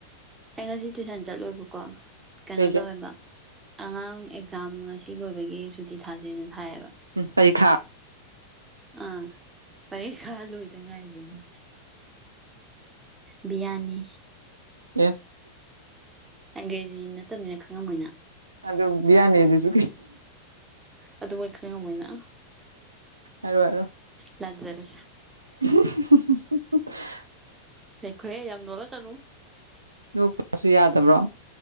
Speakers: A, on the right; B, on the right.
A: ꯑꯩ ꯉꯁꯤ ꯇꯨꯏꯁꯟ ꯆꯠꯂꯣꯏꯕꯀꯣ ꯀꯩꯅꯣ
B: ꯀꯩꯒꯤ
A: ꯇꯧꯋꯦꯕ ꯑꯉꯥꯡ ꯑꯦꯛꯖꯥꯝ ꯉꯁꯤ ꯂꯣꯏꯕꯒꯤ ꯁꯨꯇꯤ ꯊꯥꯖꯩꯅ ꯊꯥꯏꯌꯦꯕ
B: ꯎꯝ ꯄꯔꯤꯈꯥ
A: ꯑꯥ ꯄꯔꯤꯈꯥ ꯂꯣꯏꯗ ꯉꯥꯏꯕꯒꯤꯝ ꯕꯤꯌꯥꯅꯤ
B: ꯑꯦ
A: ꯑꯪꯒ꯭ꯔꯦꯖꯤ ꯅꯠꯇꯕꯅꯤꯅ ꯈꯪꯉꯕꯣꯏꯅ
B: ꯑꯗꯨꯗ ꯕꯤꯌꯥꯅꯤꯁꯤꯁꯨ
A: ꯑꯗꯨ ꯃꯣꯏ ꯈꯪꯉꯣꯏꯅ
B: ꯑꯔ ꯑꯔ
A: ꯂꯖꯔꯤ
B: <unintelligible>
A: ꯍꯦꯈꯣꯏꯦ ꯌꯥꯝ ꯅꯣꯂ ꯇꯅꯨ
B: ꯅ ꯀꯁꯨ ꯌꯥꯗꯕ꯭ꯔꯣ